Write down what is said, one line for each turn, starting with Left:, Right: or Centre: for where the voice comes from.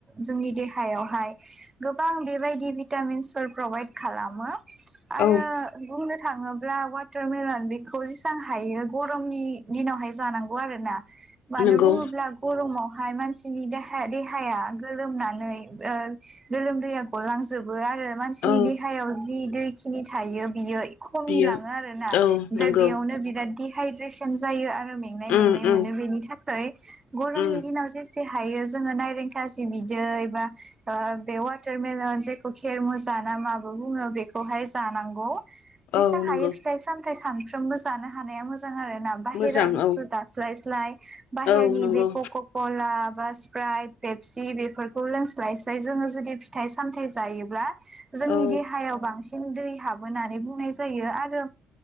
Right: जोंनि देहायावहाय गोबां बेबायदि भिटामिन्सफोर प्रभाइद खालामो। आरो
Left: औ
Right: बुंनो थाङोब्ला वाटारमेलन बेखौ जेसां हायो गरमनि दिनावहाय जानांगौ आरो। मानो
Left: नंगौ
Right: बुङोब्ला गरमाव हाय मानसिनि देहा-देहाया गोलोमनानै ओ गोलोमदैया गलांजो बो आरो मानसिनि
Left: औ
Right: देहायाव जि दै बेखिनि थायो बियो खमि
Left: बियो
Right: लाङो आरोना।
Left: औ
Right: ओमफ्राय
Left: नंगौ
Right: बेयावनो बिराद दे हाइद्रेसोन जायो आ रो मेंनाय
Left: उम
Right: मेंनाय
Left: उम
Right: मोनो बेनि था खै गरमनि
Left: उम
Right: दिनाव जेसे से हायो जोङो नायरेंखाजि बिदै बा ओ बे वाटारमेलन जायखौ खेरमुजा ना माबो बुङो बेखौहाय जानांगौ। जेसां
Left: औ नंगौ
Right: हायो फिथाइ सामथाइ साम फ्रोमबो जानो हानाया मोजां आरोना बाहेरा
Left: मोजां
Right: बुस्थु
Left: औ
Right: जास्लाय स्लाय। बाहेरनि
Left: औ नंगौ
Right: बे कक'कला बा सिप्राइट, पेपसि बेफोरखौ लोंस्लाय स्लाय जोङो जुदि फिथाइ सामथाइ जायोब्ला जोंनि
Left: औ
Right: देहायाव बांसिन दै हाबो होननानै बुंनाय यो। आरो